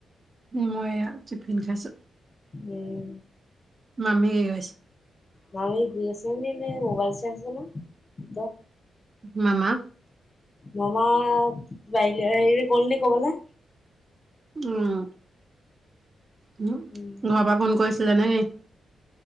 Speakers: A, on the right; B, on the left.
A: মই এইয়া টিফিন খাইছো।
B: উম।
A: মামি <unintelligible> আছে?
B: মামি শুই আছে নে নে মোবাইল চাই আছে জানো? ভিতৰত
A: মামা?
B: মামা বাৰিলে হেৰি গ'ল নে ক'বালে।
A: উম, হুম
B: উম
A: ঘৰৰ পৰা ফোন কৰিছিলে নেকি?